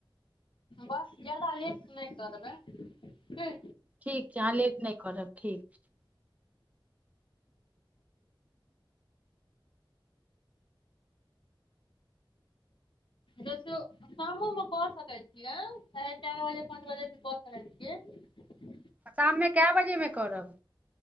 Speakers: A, on the left; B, on the right.
A: बस ज्यादा लेट नहि कऽ देबै
B: ठीक छै अहाँ लेट नहि करब ठीक छै
A: देखियौ शामोमे कऽ सकय छियैक साढ़े चार बजे पाँच बजे भ कऽ सकैत छियैक
B: शाममे कय बजे मे करब